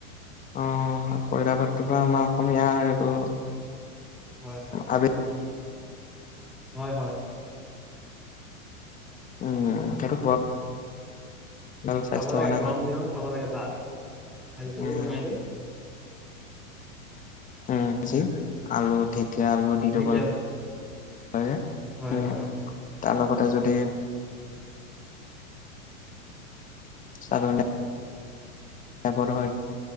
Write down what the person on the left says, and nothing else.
অ', পঁইতা ভাতটোৰ পৰা আমাৰ অসমীয়া আৰু।
খাবি।
উম, সেইটো <unintelligible>
কাৰণে
ভাল
উম
উম, যি আলু এতিয়া আলু দি দিব
লে লাগে,
উম।
তাৰ লগতে যদি, <unintelligible> এপত হয়,